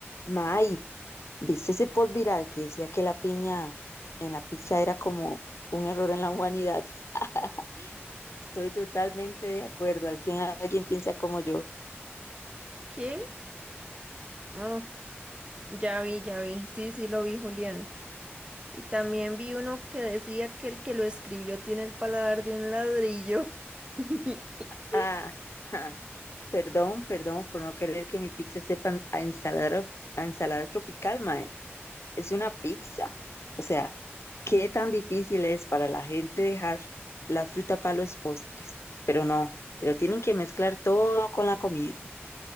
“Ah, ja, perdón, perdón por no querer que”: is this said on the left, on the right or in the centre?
Left